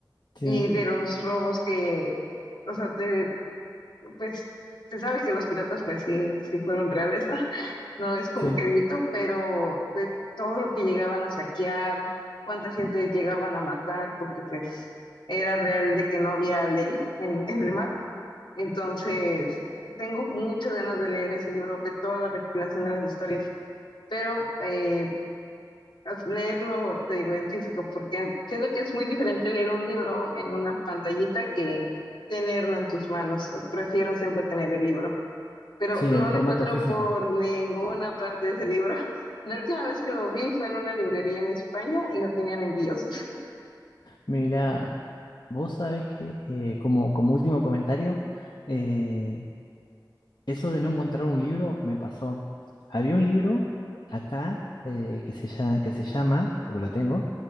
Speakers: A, on the left; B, on the left.
A: sí,
B: y de los robos que, o sea, de- pues se sabe que los piratas pues sí, sí fueron reales, ¿no? <laughs> No es como
A: sí,
B: que el mito, pero de todo lo que llegaban a saquear, cuánta gente llegaban a matar, porque pues era real de que no había ley en, en el mar. Entonces, tengo muchas ganas de leer ese libro, de toda la recopilación de las historias, pero eh, as- leerlo, te digo, en físico, porque siento que es muy diferente leer un libro en una pantallita que tenerlo en tus manos. Prefiero siempre tener el libro, pero
A: sí,
B: no
A: el formato
B: lo encuentro
A: físico.
B: por ninguna parte de ese libro. <laughs> La última vez que lo vi fue en una librería en España y no tenían envíos. <laughs>
A: Mira, vos sabés que, eh, como, como último comentario, eh, Eso de no encontrar un libro me pasó. Había un libro acá eh, que se llama, que se llama, porque lo tengo.